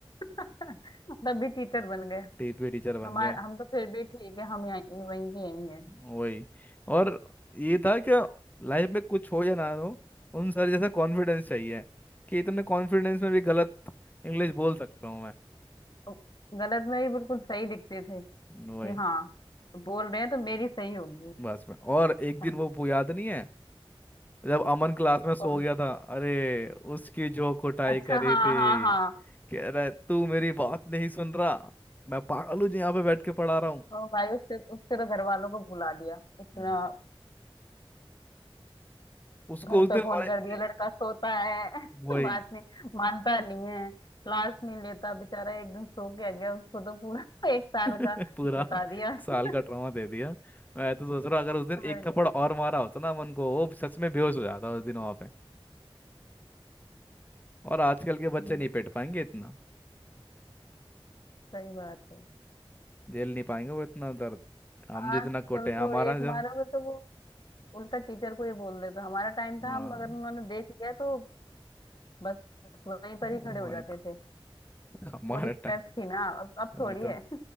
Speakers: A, on the left; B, on the left.
A: <laughs> तब भी टीचर बन
B: टेट पे टीचर बन
A: हमारे
B: गए
A: हम तो फिर भी ठीक है हम यहाँ वहीं के यहीं हैं
B: वही और ये था कि लाइफ में कुछ हो या ना हो उन सर जैसा कॉन्फिडेंस चाहिए कि इतने कॉन्फिडेंस में भी गलत इंग्लिश बोल सकता हूँ मैं
A: <laughs> गलत में ही बिल्कुल सही दिखते थे कि
B: वही
A: हाँ बोल रहे हैं तो मेरी सही होगी
B: बस में और एक
A: पर
B: दिन वो पु- याद नहीं है जब अमन क्लास में सो
A: कौन
B: गया था अरे उसकी जो कुटाई
A: अच्छा
B: करे
A: हाँ
B: थे
A: हाँ हाँ
B: कह रहा है तू मेरी बात नहीं सुन रहा मैं पागल हूँ जो यहाँ पे बैठ के पढ़ा रहा हूँ
A: ओ भाई उसके उसके तो घर वालों को बुला लिया इतना
B: हम्म। उसको
A: घर
B: उस
A: पे
B: दिन और
A: फोन
B: ए-
A: कर दिया
B: ए-
A: लड़का सोता है <laughs>
B: वही
A: बात नहीं मानता नहीं है क्लास नहीं लेता बेचारा एक दिन सो के आ गया उसको तो पूरा <laughs> एक साल
B: <laughs>
A: का
B: पूरा
A: बता दिया <laughs>
B: साल
A: और
B: का ट्रॉमा दे दिया मैं तो सोच रहा हूँ, अगर
A: क्या
B: उस दिन एक थप्पड़ और मारा होता ना अमन को वो सच में बेहोश हो जाता उस दिन वहां पे और आजकल के बच्चे
A: हम्म,
B: नहीं पेट पाएंगे इतना
A: सही बात है
B: झेल नहीं पाएंगे वो इतना दर्द हम जितना
A: आजकल
B: कोटे हैं,
A: तो
B: हमारा
A: एक
B: जो
A: मारोगे तो वो उल्टा टीचर को ही बोल देता हमारा टाइम था
B: हाँ
A: हम अगर उन्होंने देख लिया तो बस वहीं पर
B: वो
A: ही खड़े हो जाते
B: एक-
A: थे
B: हमारे
A: वो रिस्पेक्ट
B: टाइम
A: थी ना अब अब थोड़ी
B: वही तो
A: है